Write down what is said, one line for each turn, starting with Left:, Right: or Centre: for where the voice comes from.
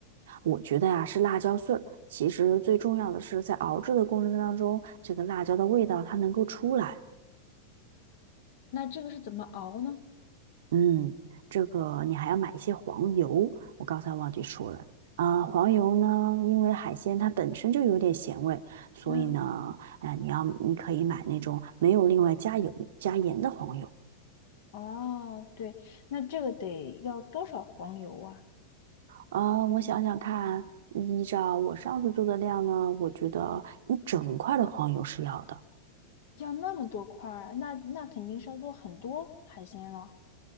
Right: 我觉得呀、是辣椒碎儿。其实最重要的是，在熬制的过程当中，这个辣椒的味道它能够出来。
Left: 那这个是怎么熬呢？
Right: 嗯，这个你还要买一些黄油，我刚才忘记说了。啊、黄油呢，因为海鲜它本身就有点咸味，所以呢，
Left: 嗯，
Right: 呃，你要你可以买那种没有另外加油加盐的黄油。
Left: 哦，对，那这个得要多少黄油啊？
Right: 啊、我想想看，依照我上次做的量呢，我觉得一整块的黄油是要的。
Left: 要那么多块儿，那那肯定是要做很多海鲜了。